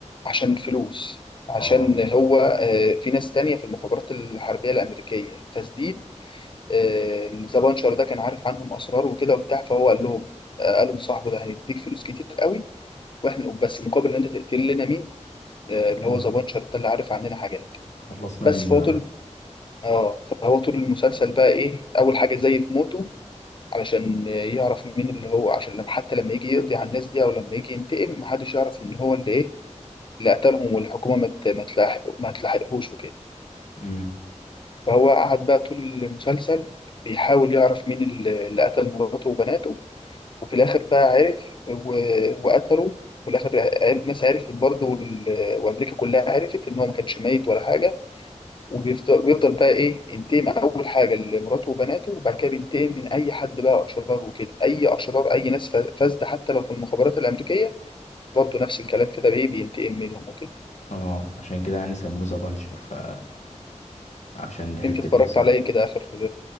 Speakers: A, on the left; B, on the left.
A: عشان فلوس عشان
B: اه
A: هو آه، في ناس تانية في المخابرات الحربية الأمريكية فسديد آه، ذا بانشر ده كان عارف عنهم أسرار وكده وبتاع فهو قال لهم آه، قالوا لصاحبه ده هنديك فلوس كتير قوي واحنا بس مقابل ان انت تقتل لنا مين آه،
B: امم
A: اللي هو ذا بانشر ده اللي عارف عننا حاجات
B: خلصنا
A: بس
B: منه
A: فهو
B: يعني
A: طول اه فهو طول المسلسل بقى ايه اول حاجه زي في موته علشان يعرف مين اللي هو عشان لما حتى لما يجي يقضي على الناس دي او لما يجي ينتقم محدش يعرف ان هو اللي ايه اللي قتلهم والحكومه ما ت- ما تلاحق ما تلاحقهوش وكده
B: امم
A: فهو قعد بقى طول المسلسل بيحاول يعرف مين اللي اللي قتل مراته وبناته وفي الاخر بقى عرف و... وقتله وفي الاخر الناس عرفت برضه وال- وامريكا كلها عرفت ان هو ما كانش ميت ولا حاجه وبيفضل بيفضل بقى ايه ينتقم اول حاجه لمراته وبناته وبعد كده بينتقم من اي حد بقى اشرار وكده اي اشرار اي ناس ف- فاسده حتى لو في المخابرات الامريكيه برضه نفس الكلام كده بايه بينتقم منهم وكده
B: اه عشان كده يعني سموه ذا بانشر ف عشان الحته
A: انت اتفرجت
B: دي صح
A: على ايه كده اخر